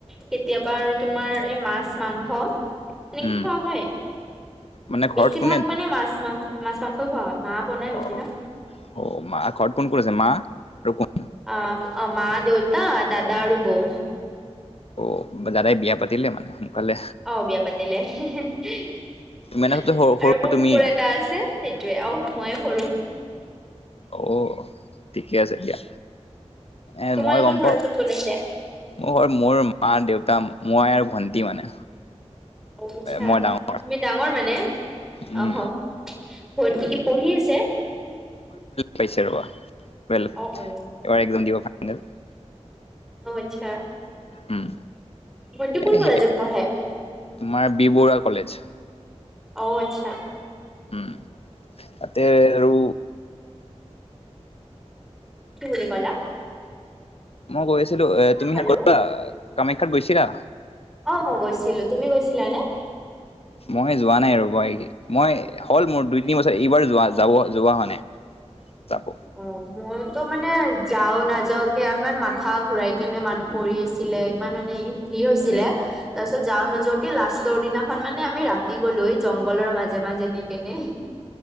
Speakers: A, in the centre; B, on the left.
A: কেতিয়াবা আৰু তোমাৰ এই মাছ মাংস। এনেকে
B: উম
A: খোৱা হয়
B: মানে ঘৰত
A: বেছিভাগ
B: কোনে
A: মানে মাছ মা মাছ মাংসই খোৱা হয়। মা বনাই বেছি
B: অ
A: ভাগ।
B: অ মা ঘৰত কোন কোন আছে। কোন
A: অ অ মা দেউতা দাদা আৰু বৌ।
B: অ দাদাই বিয়া পাতিলে মানে। সোনকালে
A: অ বিয়া পাতিলে। আৰু
B: তুমি মানে চবচে সৰু সৰু
A: মোৰ
B: তুমিয়ে
A: কুকুৰ এটা আছে সেইটোয়ে অহ মইয়ে সৰু।
B: অ ঠিকে আছে দিয়া। এ
A: তোমালোকৰ
B: মই গম
A: ঘৰত
B: পাওঁ
A: কোন কোন আছে
B: মোৰ ঘৰত মোৰ মা দেউতা। মই আৰু ভণ্টি মানে।
A: আচ্ছা
B: মই ডাঙৰ
A: তুমি ডাঙৰ মানে।
B: উম
A: আহ ভণ্টি কি পঢ়ি আছে।
B: পাইছা ৰবা এবাৰ
A: অ অ
B: এক্সাম দিব ফাইনেল।
A: অ আচ্ছা
B: উম
A: ভণ্টি কোন
B: এ
A: কলেজত
B: সেই
A: পঢ়ে
B: তোমাৰ বি বৰুৱা কলেজ
A: অ আচ্ছা
B: উম আতে আৰু
A: কি বুলি কলা
B: মই গৈ আছিলো এ তুমিহে
A: হেল্ল'
B: কৰিবা কামাখ্যাত গৈছিলা?
A: অ অ গৈছিলো তুমি গৈছিলানে?
B: মই যোৱা নাই আৰু মই হ'ল মোৰ দুই তিনি বছৰ এইবাৰ যোৱা যাব যোৱা হোৱা নাই যাব
A: অ মইতো মানে যাও নাযাও কে আৰু ইমান মাথা ঘূৰাই কেনে মানুহ পৰি আছিলে ইমান মানে ই ভিৰ হৈছিলে
B: এ
A: তাৰপিছত যাওঁ নোযাওকে লাষ্টৰ দিনাখন মানে আমি ৰাতি গ'লো এই জংঘলৰ মাজে মাজে দি কেনে <inaudible>